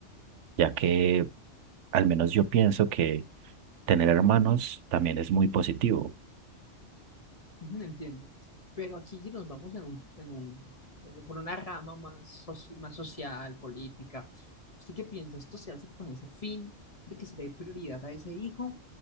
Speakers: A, on the right; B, on the left.
A: ya que al menos yo pienso que tener hermanos también es muy positivo.
B: Ujú, Entiendo. Pero aquí nos vamos en un, en un, en un- por una rama más, soci- más social, política. ¿Usted qué piensa? ¿Esto se hace con ese fin de que se dé prioridad a ese hijo?